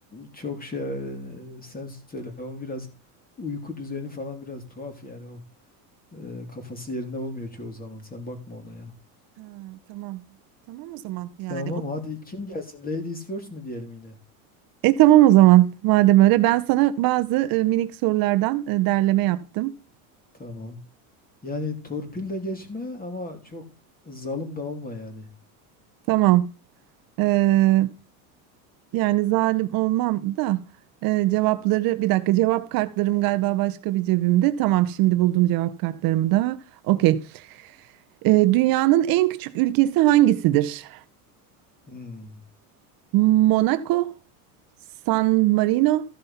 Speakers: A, on the left; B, on the right.
A: çok şey e, sen söyle. Onun biraz uyku düzeni falan biraz tuhaf yani o e, kafası yerinde olmuyor çoğu zaman. Sen bakma ona ya.
B: Ha, tamam. Tamam o zaman yani.
A: Tamam
B: O-
A: hadi kim gelsin? Ladies first mi diyelim yine?
B: E tamam o zaman. Madem öyle ben sana bazı e, minik sorulardan e, derleme yaptım.
A: Tamam. Yani torpil de geçme ama çok zalim da olma yani.
B: Tamam. Ee, yani zalim olmam da e, cevapları bir dakika cevap kartlarım galiba başka bir cebimde. Tamam şimdi buldum cevap kartlarımı da. Okey. Ee, dünyanın en küçük ülkesi hangisidir?
A: Hmm.
B: Monaco, San Marino,